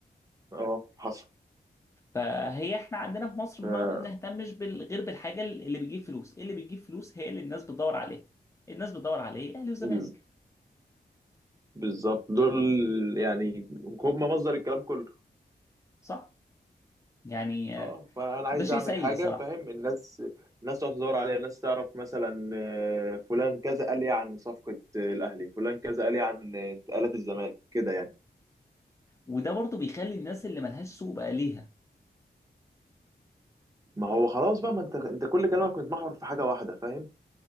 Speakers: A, on the right; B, on the left.
A: اه حصل
B: فهي احنا عندنا في مصر
A: ف-
B: ما بنهتمش بال- غير بالحاجه اللي بتجيب فلوس إيه اللي بتجيب فلوس هي اللي الناس بتدور عليها الناس بتدور على ايه اهلي وزمالك
A: بز- بالظبط دول يعني هم مصدر الكلام كله
B: صح يعني
A: اه
B: آه،
A: فانا عايز
B: ده شيء
A: اعمل
B: سيء
A: حاجه
B: صراحة
A: فاهم الناس الناس تقعد تدور عليا الناس تعرف مثلا آه، فلان كذا قال ايه عن صفقه آه، الاهلي فلان كذا قال ايه عن آه، انتقالات الزمالك كده يعني
B: وده برضو بيخلي الناس اللي ملهاش سوق بقى ليها
A: ما هو خلاص بقى ما انت انت كل كلامك متمحور في حاجه واحده فاهم